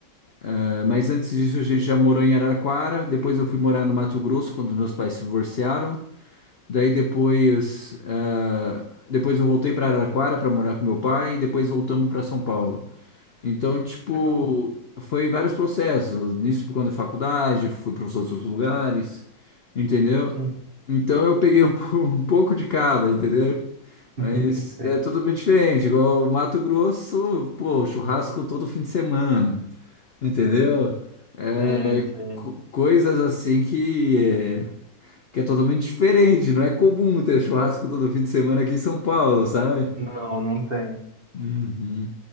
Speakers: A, on the left (about 55°); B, on the right (about 40°).
A: ah, mas antes disso a gente já morou em Araraquara. Depois eu fui morar no Mato Grosso quando meus pais se divorciaram. Daí depois, ah, depois eu voltei para Araraquara para morar com meu pai e depois voltamos para São Paulo. Então, tipo,
B: Caramba.
A: foi vários processos. Nisso, por conta da faculdade, fui para os outros lugares, entendeu?
B: Uhum.
A: Então eu peguei um, po- <laughs> um pouco de cada, entendeu? Mas
B: <laughs> Sei,
A: é tudo bem diferente. Igual Mato Grosso, pô, churrasco todo fim de semana, entendeu? É
B: sei, sei.
A: Co- coisas assim que é que é totalmente diferente, não é comum ter churrasco todo fim de semana aqui em São Paulo, sabe?
B: Não, não tem.
A: Uhum.